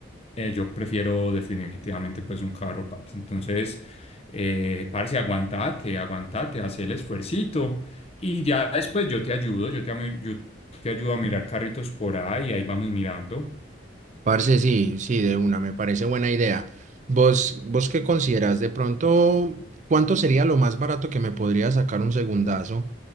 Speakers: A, on the left; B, on the right.
A: eh, yo prefiero definitivamente pues un carro, parce. Entonces, eh, parce, aguantate, aguantate, haz el esfuercito. Y ya después yo te ayudo, yo te, ami- yo te ayudo a mirar carritos por ahí y ahí vamos mirando.
B: Parce, sí, sí, de una, me parece buena idea. ¿Vos, vos qué consideras? De pronto, ¿cuánto sería lo más barato que me podría sacar un segundazo?